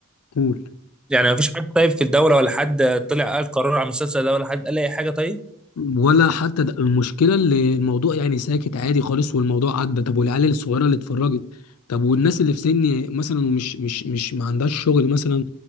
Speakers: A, on the left; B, in the centre.
A: قول
B: يعني مفيش حد طيب في الدولة ولا حد طلع قال قرار على المسلسل ده ولا حد قال أي حاجة طيب
A: ولا حتى ده المشكله اللي الموضوع يعني ساكت عادي خالص والموضوع عدى طب والعيال الصغيره اللي اتفرجت طب والناس اللي في سني مثلا ومش مش مش ما عندهاش شغل مثلا